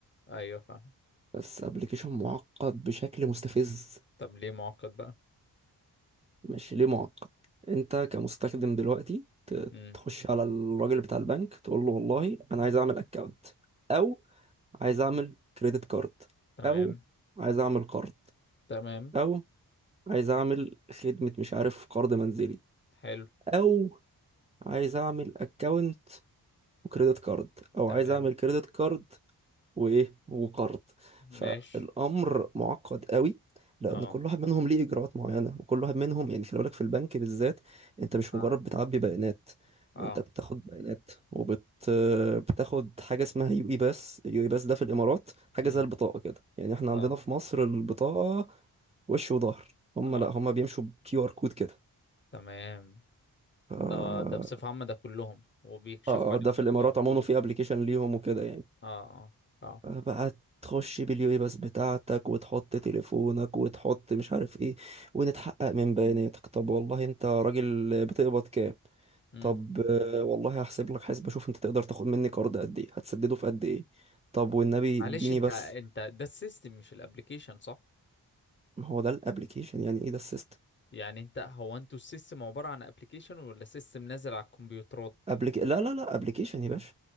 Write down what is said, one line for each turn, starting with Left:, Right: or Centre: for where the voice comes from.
Left: ايوه فاهم
Right: بس ابلكيشن معقد بشكل مستفز
Left: طب ليه معقد بقى
Right: مش ليه معقد انت كمستخدم دلوقتي ت-
Left: امم
Right: تخش على الراجل بتاع البنك تقول له والله انا عايز اعمل اكونت او عايز اعمل كريدت كارد
Left: تمام
Right: او عايز اعمل قرض
Left: تمام
Right: او عايز اعمل خدمة مش عارف قرض منزلي
Left: حلو
Right: او عايز اعمل اكونت وكريدت كارد او
Left: تمام
Right: عايز اعمل كريدت كارد وايه وقرض فالامر
Left: ماشي
Right: معقد قوي لان
Left: اه
Right: كل واحد منهم ليه اجراءات معينه وكل واحد منهم يعني خلي بالك في البنك بالذات انت مش
Left: اه
Right: مجرد بتعبي بيانات
Left: اه
Right: انت بتاخد بيانات وبت بتاخد حاجه اسمها يو اي باس يو اي باس ده في الامارات حاجه
Left: امم
Right: زي البطاقه كده يعني احنا
Left: اه
Right: عندنا في مصر البطاقه وش وظهر هم
Left: اه
Right: لا هم بيمشوا بكيو ار كود كده
Left: تمام
Right: ف- اه
Left: ده ده بصفه عامه ده كلهم وبيكشفوا
Right: آه،
Left: عليهم
Right: ده في
Left: في
Right: الامارات
Left: البي ار
Right: عموما
Left: كود وكده
Right: في ابلكيشن ليهم وكده يعني
Left: اه اه اه
Right: بقى تخش باليو اي بس بتاعتك وتحط تليفونك وتحط مش عارف ايه ونتحقق من بياناتك طب والله انت راجل بتقبض كام
Left: امم
Right: طب آه، والله هحسب لك حساب اشوف انت تقدر تاخد مني قرض قد ايه هتسدده في قد ايه طب والنبي
Left: معلش
Right: اديني
Left: انت
Right: بس
Left: انت ده السيستم مش الابليكيشن صح
Right: ما هو ده الابليكيشن يعني ايه ده السيستم
Left: يعني انت هو انتوا السيستم عبارة عن ابليكيشن ولا سيستم نازل على الكمبيوترات
Right: أبليك... لا لا لا ابليكيشن يا باشا